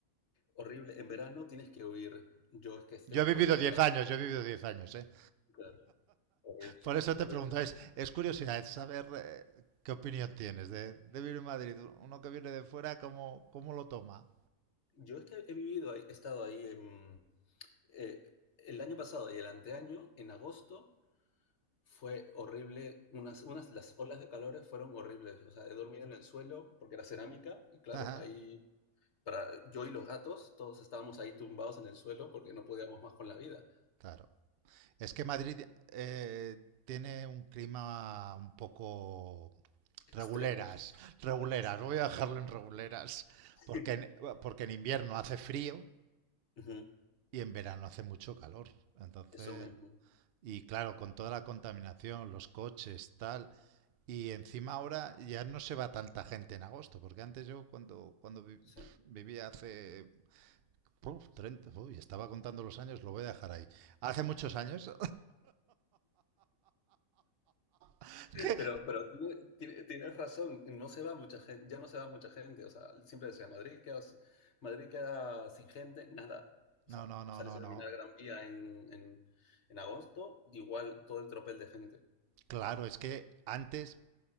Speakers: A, on the left (about 55°); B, on the right (about 80°).
A: Horrible, en verano tienes que huir. Yo es que este
B: Yo
A: por
B: he vivido
A: el
B: 10
A: verano,
B: años, yo he vivido 10 años, ¿eh?
A: <laughs> claro, horrible,
B: Por eso te
A: horrible.
B: preguntaba, es, es curiosidad es saber eh, qué opinión tienes de, de vivir en Madrid. Uno que viene de fuera, ¿cómo, cómo lo toma?
A: Yo es que he vivido, ahí- he estado ahí en, eh, el año pasado y el anteaño, en agosto, fue horrible, unas, unas, las olas de calores fueron horribles, o sea, he dormido en el suelo porque era cerámica
B: <laughs>
A: y claro,
B: Ajá,
A: ahí para yo y los gatos, todos estábamos ahí tumbados en el suelo porque no podíamos más con la vida.
B: Claro. Es que Madrid eh, tiene un clima un poco
A: Extremos.
B: reguleras, reguleras.
A: <laughs>
B: Voy a dejarlo en reguleras, porque
A: Sí.
B: en, porque en invierno hace frío
A: Ujú,
B: y en verano hace mucho calor. Entonces,
A: Eso mismo,
B: Y claro, con toda la contaminación, los coches, tal. Y encima ahora ya no se va tanta gente en agosto, porque antes yo cuando, cuando vi- pf,
A: sí.
B: vivía hace puf, 30, uy, estaba contando los años, lo voy a dejar ahí. Hace muchos años <laughs> que...
A: Pero, pero tiene- tiene- tienes razón, no se va mucha gente, ya no se va mucha gente, o sea, siempre decía, Madrid queda, s- Madrid queda sin gente, nada. O
B: No,
A: sea,
B: no, no,
A: sales
B: no,
A: a
B: no.
A: caminar Gran Vía en, en, en agosto, igual todo el tropel de gente.
B: Claro, es que antes,